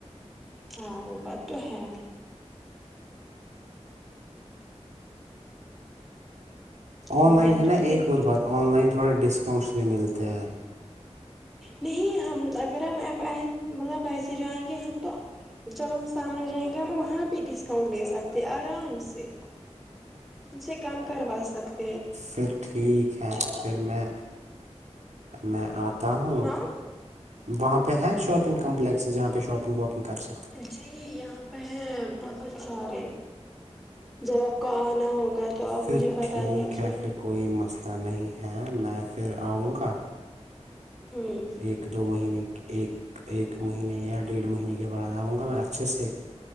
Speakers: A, in the centre; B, on the right (about 80°).
A: ہاں وہ بات تو ہے
B: آن
A: وہ
B: لائن
A: بات
B: ہے نا
A: تو ٹوٹ
B: ایک اور بات آن لائن تھوڑے ڈسکاؤنٹس بھی ملتے ہیں
A: نہیں ہم اگر ہم مطلب ایسے جائیں گے ہم تو جب ہم سامنے جائیں گے ہم وہاں پہ ڈسکاؤنٹ لے سکتے آرام سے اس سے کم کروا سکت
B: پھر ٹھیک ہے پھر میں میں آ ہوں
A: ہاں
B: وہاں پہ ہے شاپنگ کمپلیکس جہاں پہ شاپنگ واپنگ کر سک
A: جی یہاں پھلے بہت سارے جب آپ کو آنا ہوگا تو آپ
B: پھر
A: مجھے بتا
B: ٹھیک
A: دیجیے
B: ہے پھر کوئی مسئلہ نہیں ہے میں پھر آؤں گا
A: ہوں
B: ایک دو مہینے ایک ایک مہینے یا ڈیڑھ مہینے کے بعد آؤں گا میں اچھے سے